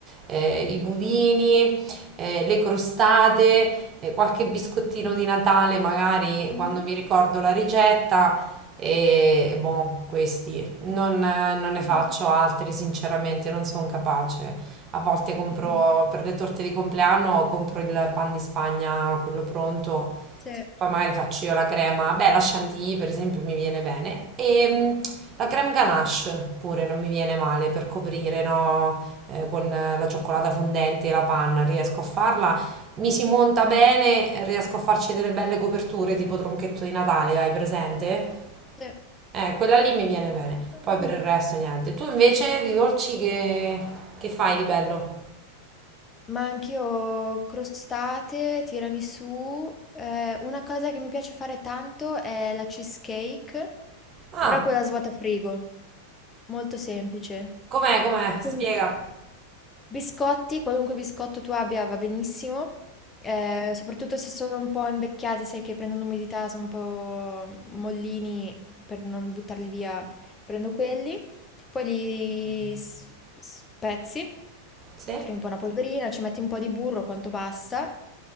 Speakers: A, on the right; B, on the left.
A: eh, i budini, eh, le crostate, eh, qualche biscottino di Natale, magari
B: Mh-mh.
A: quando mi ricordo la ricetta. E boh, questi non, eh, non ne
B: Mh.
A: faccio altri, sinceramente, non sono capace. A volte compro
B: Mh.
A: per le torte di compleanno, compro il pan di Spagna, quello pronto,
B: Sì,
A: poi magari faccio io la crema. Beh, la chantilly per esempio mi viene bene. E mm, la creme ganache pure non mi viene male per coprire, no? Eh, con eh, la cioccolata fondente e la panna, riesco a farla. Mi si monta bene, riesco a farci delle belle coperture tipo tronchetto di Natale, hai presente?
B: sì.
A: Eh, quella lì mi viene bene.
B: Mh.
A: Poi per il resto niente. Tu invece di dolci che, che fai di bello?
B: Ma anch'io crostate, tiramisù. Ehm, una cosa che mi piace fare tanto è la cheesecake,
A: Ah,
B: però quella svuota frigo, molto semplice.
A: Com'è, com'è?
B: Quindi
A: Spiega.
B: biscotti, qualunque biscotto tu abbia va benissimo, ehm, soprattutto se sono un po' invecchiati, sai che prendono umidità, sono un po' mollini, per non buttarli via prendo quelli. Poi li s- spezzi,
A: Sì?
B: crei un po' una polverina, ci metti un po' di burro, quanto basta.